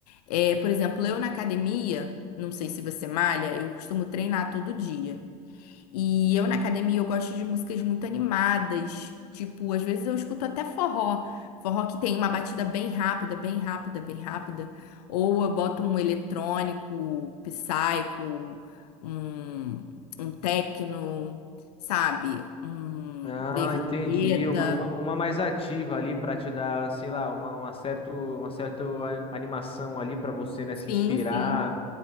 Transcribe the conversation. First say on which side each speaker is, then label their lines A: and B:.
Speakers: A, on the left; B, on the left.
A: É, por exemplo, eu na academia, não sei se você malha, eu costumo treinar todo dia. E eu na academia eu gosto de músicas muito animadas, tipo, às vezes eu escuto até forró, forró que tem uma batida bem rápida, bem rápida, bem rápida, ou eu boto um eletrônico, psycho, um um techno, sabe? Um
B: Ah,
A: David
B: entendi.
A: Guetta.
B: Uma, uma, uma mais ativa ali para te dar, sei lá, uma, uma certo, uma certa a- animação ali para você, né,
A: Sim,
B: se inspirar.
A: sim.